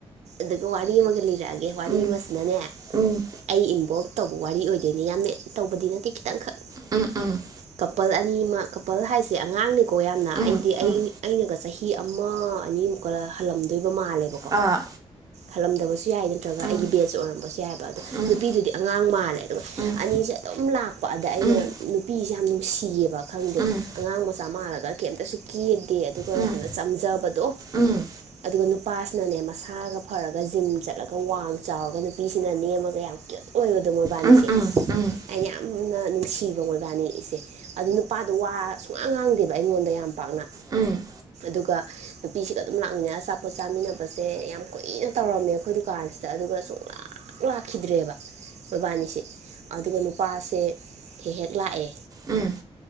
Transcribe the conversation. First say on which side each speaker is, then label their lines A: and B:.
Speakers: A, on the right; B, on the right.
A: ꯑꯗꯨꯒ ꯋꯥꯔꯤ ꯑꯃꯒ ꯂꯤꯔꯛꯑꯒꯦ ꯋꯥꯔꯤ
B: ꯎꯝ
A: ꯑꯃꯁꯤꯅꯅꯦ
B: ꯎꯝ
A: ꯑꯩ ꯏꯟꯚꯣꯜꯕ ꯇꯧꯕ ꯋꯥꯔꯤ ꯑꯣꯏꯗꯣꯏꯅꯦ ꯌꯥꯝꯅ ꯇꯧꯕꯗꯤ ꯅꯠꯇꯦ ꯈꯤꯇꯪꯈꯛ
B: ꯎꯝ ꯎꯝ
A: ꯀꯄꯜ ꯑꯅꯤ ꯑꯃ ꯀꯄꯜ ꯍꯥꯏꯁꯦ ꯑꯉꯥꯡꯅꯤꯀꯣ ꯌꯥꯝꯅ
B: ꯎꯝ
A: ꯑꯩꯗꯤ
B: ꯎꯝ
A: ꯑꯩ
B: ꯎꯝ
A: ꯑꯩꯅꯒ ꯆꯍꯤ ꯑꯃ ꯑꯅꯤꯃꯛ ꯀ ꯍꯜꯂꯝꯗꯣꯏꯕ ꯃꯥꯜꯂꯦꯕꯣ
B: ꯑꯥ
A: ꯍꯜꯂꯝꯗꯕꯁꯨ ꯌꯥꯏ ꯅꯠꯇ꯭ꯔꯒ
B: ꯎꯝ
A: ꯑꯩꯒꯤ ꯕꯦꯠꯖ ꯑꯣꯏꯔꯝꯕꯁꯨ ꯌꯥꯏꯕ ꯑꯗꯥ
B: ꯎꯝ
A: ꯅꯨꯄꯤꯗꯨꯗꯤ ꯑꯉꯥꯡ ꯃꯥꯜꯂꯦ ꯑꯗꯨꯒ
B: ꯎꯝ
A: ꯑꯅꯤꯁꯦ ꯑꯗꯨꯝ ꯂꯥꯛꯄ ꯑꯗꯥ ꯑꯩꯅ
B: ꯎꯝ
A: ꯅꯨꯄꯤꯁꯦ ꯌꯥꯝ ꯅꯨꯡꯁꯤꯌꯦꯕ ꯈꯪꯗꯦ
B: ꯎꯝ
A: ꯑꯉꯥꯡ ꯃꯆꯥ ꯃꯥꯜꯂꯒ ꯀꯩꯝꯇꯁꯨ ꯀꯦꯗꯦ ꯗꯦ ꯑꯗꯨꯒ
B: ꯎꯝ ꯎꯝ
A: ꯌꯥꯝꯅ ꯆꯝꯖꯕꯗꯣ
B: ꯎꯝ
A: ꯑꯗꯨꯒ ꯅꯨ ꯅꯨꯄꯥꯁꯤꯅꯅꯦ ꯃꯁꯥꯒ ꯐꯔꯒ ꯖꯤꯝ ꯆꯠꯂꯒ ꯋꯥꯡ ꯆꯥꯎꯔꯒ ꯅꯨꯄꯤꯁꯤꯅ ꯅꯦꯝ ꯑꯃꯒ ꯌꯥꯝ ꯀꯨꯠ ꯑꯣꯏꯕꯗꯣ ꯃꯣꯏꯕꯥꯅꯤꯁꯦ
B: ꯎꯝ ꯎꯝ ꯎꯝ ꯎꯝ ꯎꯝ ꯎꯝ ꯎꯝ
A: ꯑꯩꯅ ꯌꯥꯝꯅ ꯅꯨꯡꯁꯤꯕ ꯃꯣꯏꯕꯥꯅꯤꯁꯦ ꯑꯗꯨ ꯅꯨꯄꯥ ꯋꯥ ꯁꯨꯡꯉꯥꯡ ꯉꯥꯡꯗꯦꯕ ꯑꯩꯉꯣꯟꯗ ꯌꯥꯝ ꯄꯥꯛꯅ
B: ꯎꯝ
A: ꯑꯗꯨꯒ ꯅꯨꯄꯤꯁꯤꯒ ꯑꯗꯨꯝ ꯂꯥꯛꯃꯤꯟꯅꯔ ꯑꯆꯥꯄꯣꯠ ꯆꯥꯃꯤꯟꯅꯕꯁꯦ ꯌꯥꯝ ꯀꯨꯏꯅ ꯇꯧꯔꯝꯃꯦ ꯑꯩꯈꯣꯏ ꯗꯨꯀꯥꯟꯁꯤꯗ ꯑꯗꯨꯒ ꯁꯨꯡ ꯂꯥꯛ ꯂꯥꯛꯈꯤꯗ꯭ꯔꯦꯕ ꯃꯣꯏꯕꯥꯅꯤꯁꯦ ꯑꯗꯨꯒ ꯅꯨꯄꯥꯁꯦ ꯍꯦꯛ ꯍꯦꯛ ꯂꯥꯛꯑꯦ
B: ꯎꯝ